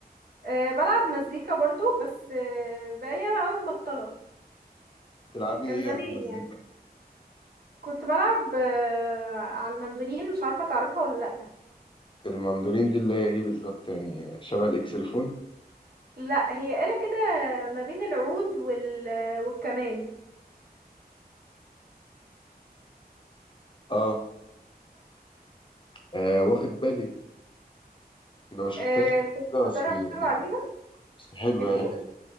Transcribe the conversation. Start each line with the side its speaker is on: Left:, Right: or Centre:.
Right: أه بلعب مزيكا برضو بس أه بقالي ياما قوي مبطلة
Left: تلعبي
Right: كان
Left: ايه
Right: زمان
Left: على المزيكا
Right: يعني كنت بلعب أه على المندولين مش عارفة تعرفها ولا لأ
Left: المندولين دي اللي هي ايه بالظبط يعني شبه الاكسلفون
Right: لأ هي آلة كده ما بين العود وال... والكمان
Left: اه آه، واخد بالي انا ما شفتهاش
Right: آه
Left: قبل
Right: كنت
Left: كده
Right: بتدرب
Left: بس يعني
Right: عليها
Left: بس حلو
Right: الايه
Left: يعني